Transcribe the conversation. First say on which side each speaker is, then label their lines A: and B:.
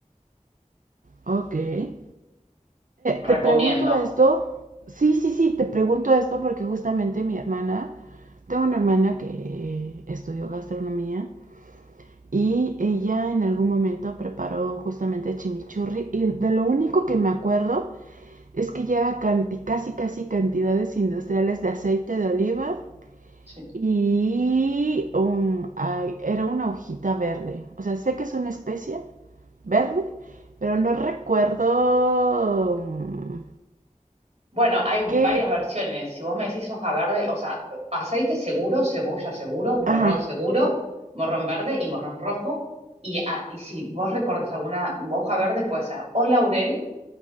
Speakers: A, on the right; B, on the right.
A: Ok. Eh,
B: Recomiendo.
A: te pregunto esto. Sí, sí, sí, te pregunto esto porque justamente mi hermana Tengo una hermana que estudió gastronomía y ella en algún momento preparó justamente chimichurri y de lo único que me acuerdo es que lleva canti, casi casi cantidades industriales de aceite de oliva
B: Sí.
A: y un- ay, era una hojita verde. O sea, sé que es una especie verde, pero no recuerdo mm,
B: Bueno, hay
A: qué...
B: varias versiones. Si vos me decís hoja verde, o sea, aceite seguro, cebolla seguro, morrón
A: Ajá,
B: seguro, morrón verde y morrón rojo. Y, a- y si vos recordás alguna hoja verde, puede ser o laurel,